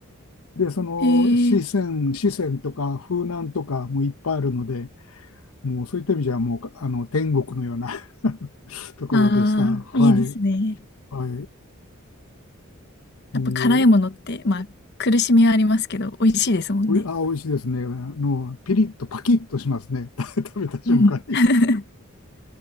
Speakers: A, on the left; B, on the left.
A: で、その四川、
B: えー、
A: 四川とか風南とかもいっぱいあるので、もうそういった意味じゃもうあの天国のような <laughs> ところでした。
B: ああ、
A: はい。
B: いいですね。
A: はい。
B: やっぱ辛いものって、
A: も
B: まあ、苦しみはありますけど、美味しいですもんね。
A: う、おい、あ、美味しいですね。あの、ピリッとパキッとしますね。<laughs> 食べた瞬間に。
B: うん。<laughs>